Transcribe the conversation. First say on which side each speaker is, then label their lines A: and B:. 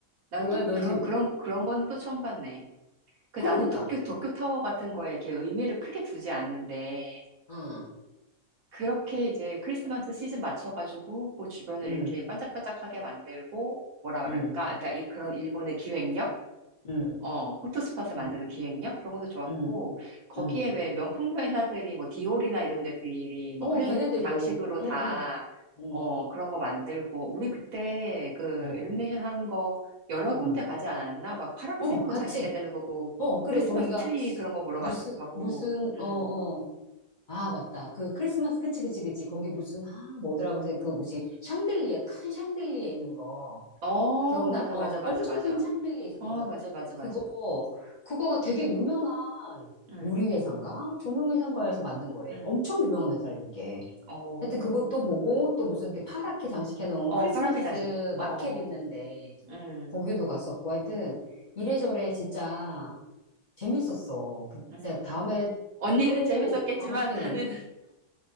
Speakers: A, on the right; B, on the left.
A: 나도
B: 그거 넌
A: 그런,
B: 재밌
A: 그런, 그런 거는 또 처음 봤네. 그
B: 그러니까
A: 나는 도쿄, 도쿄타워 같은 거에 이렇게 의미를 크게 두지 않는데,
B: 응
A: 그렇게 이제 크리스마스 시즌 맞춰가지고 그 주변을
B: 음.
A: 이렇게 반짝반짝하게 만들고 뭐라 그럴까?
B: 응,
A: 그러니까 이- 그런 일본의 기획력?
B: 응,
A: 어, 포토스팟을 만드는
B: 응,
A: 기획력? 그런 것도 좋았고,
B: 응,
A: 거기에
B: 응.
A: 왜 명품 회사들이 뭐 디올이나 이런 데들이 뭐
B: 어,
A: 크리스마스
B: 걔네들도,
A: 장식으로
B: 응,
A: 다,
B: 응, 응,
A: 어, 그런 거 만들고, 우리 그때 그
B: 어,
A: 일루미네이션 하는 거 여러
B: 응,
A: 군데 가지 않았나? 막 파란색으로
B: 어, 같이.
A: 장식된 데도 보고,
B: 어, 그래,
A: 크리스마스
B: 거기가
A: 트리 그런 거 보러
B: 무슨,
A: 가, 가고,
B: 무슨,
A: 음.
B: 어, 어. 아, 맞다. 그 크리스마스, 그치, 그치, 그치. 거기 무슨, 아, 뭐더라고 해서 그 뭐지, 샹들리에, 큰 샹들리에 있는 거.
A: 어,
B: 기억나?
A: 맞아,
B: 어,
A: 맞아,
B: 그
A: 맞아,
B: 엄청
A: 맞아.
B: 큰 샹들리에 있었던
A: 어,
B: 거잖아.
A: 맞아, 맞아,
B: 그거,
A: 맞아.
B: 그거가 되게 유명한
A: 응,
B: 유리회사인가? 조명회사인가에서 만든 거래.
A: 응.
B: 엄청 유명한 회사래, 그게.
A: 어,
B: 하여튼 그것도 보고 또 무슨 이렇게 파랗게 장식해 놓은
A: 어,
B: 크리스마스
A: 파랗게 자생 어,
B: 마켓 있는데
A: 응,
B: 거기도 갔었고 하여튼 이래저래 진짜 재밌었어. 그
A: 응.
B: 진짜 다음에
A: 언니는
B: 또
A: 재밌었겠지만
B: 가고 싶기는
A: 나는,
B: 해.